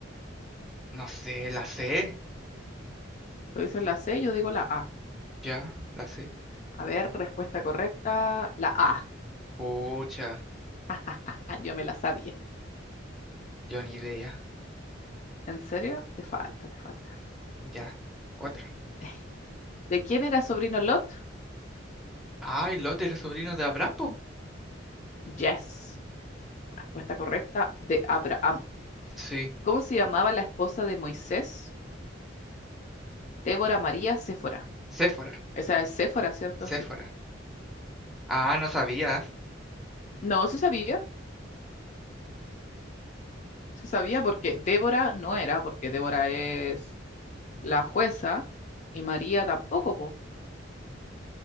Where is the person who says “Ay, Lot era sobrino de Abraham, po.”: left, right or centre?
Centre